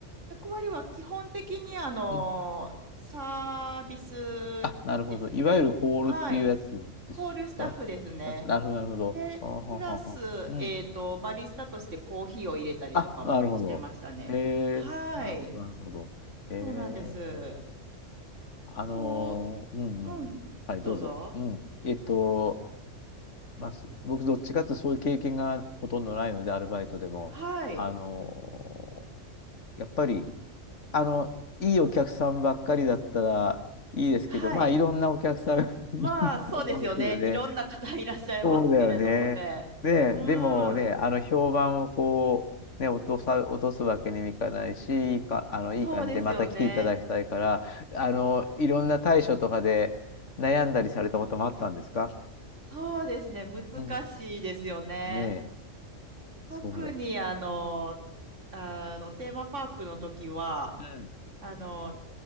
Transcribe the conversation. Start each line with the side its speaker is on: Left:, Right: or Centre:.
Right: 役割は基本的にあの、
Left: うん
Right: サービスですね。
Left: あ、なるほど。いわゆるホールっていうやつですかあなるほど、
Right: はい。ホールスタッフですね。
Left: なるほど。
Right: で、
Left: あははは。
Right: プラス、
Left: うん。
Right: えっと、バリスタとしてコーヒーを入れたりとかもしてましたね。
Left: あ、なるほど。えー、
Right: はい。
Left: なるほど、なるほど。えー、
Right: そうなんです。
Left: あのーうんうんうん。
Right: そう、うん、
Left: はい、どうぞ。
Right: どうぞ。
Left: うん。えっと、まあ、す僕、どっちかっていうとそういう経験がほとんどないので、アルバイトでも。
Right: はい、
Left: あのーやっぱり、あの、いいお客さんばっかりだったらいいですけど、
Right: はい。
Left: まあ、いろんなお客さんが <laughs> いると思うんですけどね。
Right: まあ、そうですよね。いろんな方いらっしゃいますけれどもね。
Left: そうだよね。で、
Right: うん、
Left: でもね、あの、評判をこう、ね、落とさ、落とすわけにもいかないし、いいか、あの、
Right: そうですよね。
Left: いい感じでまた来ていただきたいから、あの、いろんな対処とかで悩んだりされたこともあったんですか
Right: そうですね。難しいですよね。
Left: うん。ねえ、
Right: 特にあの、
Left: そうだよね。
Right: あの、テーマパークの時は、
Left: うん。
Right: あの、